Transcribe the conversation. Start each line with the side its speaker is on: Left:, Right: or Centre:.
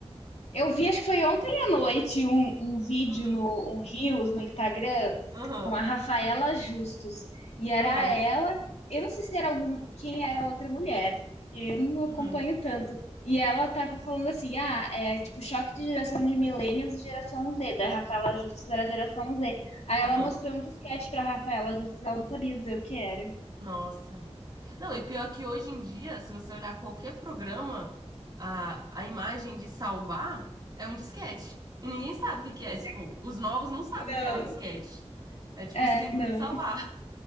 Left: eu vi, acho que foi ontem à noite, um, um vídeo
Right: <laughs>
Left: no um Reels, no Instagram,
Right: Aham,
Left: com a Rafaela Justus. E era
Right: aham,
Left: ela, eu não sei se era algum, quem era a outra mulher, eu não acompanho
Right: uhum,
Left: tanto. E ela tava falando assim, ah, é tipo choque de geração de millennials e geração Z, da Rafaela Justus era a geração Z. Aí ela
Right: aham.
Left: mostrou um disquete pra Rafaela Justus, ela não sabia dizer o que era.
Right: Nossa. Não, e pior que hoje em dia, se você olhar qualquer programa, a, a imagem de salvar é um disquete. E ninguém sabe o que que é. Tipo, os novos não sabem
Left: Não.
Right: o que é um disquete. É tipo
Left: É,
Right: simples
Left: não.
Right: de salvar.